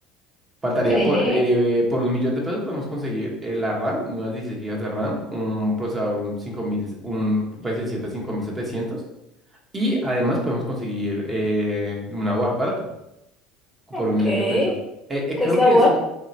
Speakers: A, on the right; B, in the centre.
A: Faltaría
B: Sí,
A: por, eh, por un millón de pesos podemos conseguir eh, la RAM, unas 16 gigas de RAM, un procesador, un cinco mil un Ryzen siete cinco mil setecientos y además podemos conseguir eh, una board barata
B: ok.
A: por un millón
B: ¿Qué
A: de pesos. Eh, eh, creo
B: es la
A: que
B: Word?
A: eso,